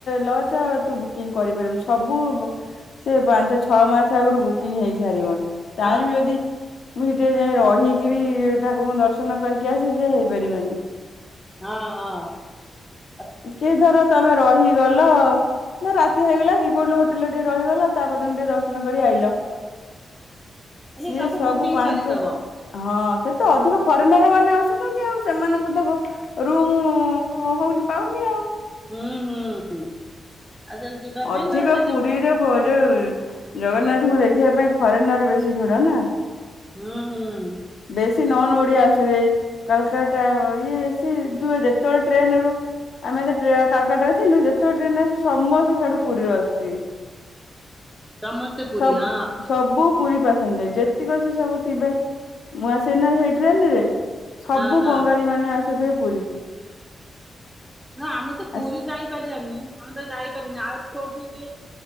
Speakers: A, on the left; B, in the centre.
A: ଲଜ ତୁ ବୁକିଙ୍ଗୀ କରିପାରିବୁନୁ ସବୁ ସେ ପାଞ୍ଚ ଛଅ ମାସ ଆଗରୁ ବୁ ବୁକିଙ୍ଗୀ ହେଇ ସାରିବନ ଚାହିଁବି
B: ହଁ
A: ଯଦି। ମୁଁ ସେଠି ଯାଇଏ ରହିକିରି ଠାକୁରଙ୍କୁ ଦର୍ଶନ କରିକି ଆସି ସେ ହେଇପାରିବନି।
B: ହଁ-ହଁ।
A: କି ଧର ତମେ ରହିଗଲ ନା ରାତି ହେଇଗଲା କି କୋଲ ହୋଟେଲରେ ଟିକେ ରହିଗଲ ତାପଦିନ ଟିକେ ଦର୍ଶନ କରି ଆଇଲ।
B: <unintelligible>
A: ସିଏ
B: ଏ
A: ସବୁ
B: ବୁକିଂ
A: ପାଞ୍ଚ
B: ସରିଥବ
A: ହଁ ସେ ତ ଅଧିକ। ଫରେନର ମାନେ ଆସୁଛନ୍ତି ଆଉ ସେମାନଙ୍କୁ ତ ରୁମ ହଉନି ପାଉନି ଆଉ।
B: ହୁଁ ହୁଁ। ଆଉ ସେଠି ଯିବା
A: ଅଧିକ
B: ପାଇଁ ନା ସେଠି
A: ପୁରୀରେ
B: ହୁଁ
A: ବଜ ହଉଛି ଜଗନ୍ନାଥଙ୍କୁ ଦେଖିବା ପାଇଁ ଫରେନର ର ବେଶୀ ଭିଡ଼ ନା।
B: ହୁଁ ହୁଁ।
A: ବେଶୀ ନନ୍ ଓଡିଆ ଅସଛନ୍ତି ଏଇ କାଲକାଟା ଇଏ ସିଏ ଯେତେବେଳେ ଟ୍ରେନ ରରୁ ଆମେ ଏ ତ କାଲକାଟ ଥିଲୁ ଯେତେବେଳେ ଟ୍ରେନ ଆସୁ ସମସ୍ତେ ସେଆଠୁ ପୁରୀରୁ ଆସୁଥିବେ।
B: ସମସ୍ତେ ପୁରୀ
A: ସବ୍
B: ହଁ।
A: ସବୁ ପୁରୀ ପାସେଞ୍ଜର ଯେତିକି ସେ ସବୁ ଥିବେ ମୁଁ ଆସେନା ସେଇ ଟ୍ରେନ ରେ। ସବୁ
B: ହଁ ହଁ
A: ବଙ୍ଗାଳୀମାନୋନ ଆସୁଥେ ପୁରୀ।
B: ନା ଆମେ ତ ପୁରୀ
A: ଆସ୍
B: ଯାଇପାରାଵାନି ଆମେ ତ। ଯାଇପାରୁନି ଆଉ କୋଉଠି